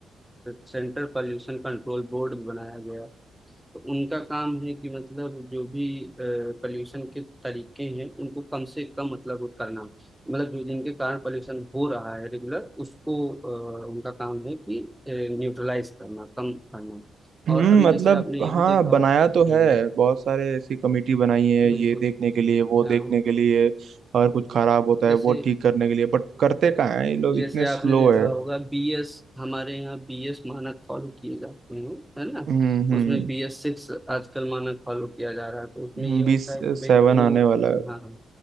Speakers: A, in the centre; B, on the right.
A: central pollution control board बनाया गया तो उनका काम है कि मतलब जो भी पॉल्यूशन के तरीके हैं उनको कम से कम मतलब वो करना मतलब जो जिनके कारण पॉल्यूशन हो रहा है रेगुलर उसको अ, उनका काम है कि न्यूट्रलाइज करना कम करना
B: हम्म
A: और अभी
B: मतलब
A: जैसे आपने ये
B: हाँ
A: भी देखा
B: बनाया
A: हो-
B: तो
A: हम्म
B: है बहुत सारे ऐसी कमेटी बनाई है
A: बिल्कुल
B: ये देखने के लिए वो
A: हाँ
B: देखने के लिए और कुछ खराब होता है
A: जैसे
B: वो ठीक करने के लिए बट करते कहाँ है ये लोग
A: जैसे
B: इतने स्लो
A: आपने देखा
B: है
A: होगा बीएस हमारे यहाँ बीएस मानक फॉलो किए जाते हैं है ना
B: हम्म हम्म
A: उसमें बीएस सिक्स आजकल मानक फॉलो किया जा रहा है तो उसमें
B: हम्म,
A: ये होता
B: बीस
A: है कि भाई
B: सेवन
A: जो
B: आने वाला है
A: हाँ